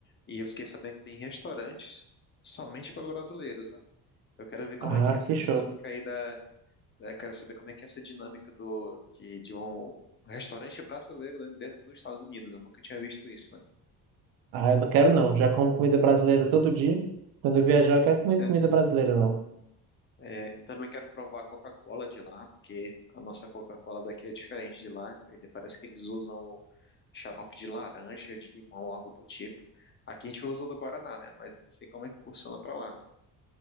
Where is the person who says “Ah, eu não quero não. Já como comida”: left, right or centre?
Right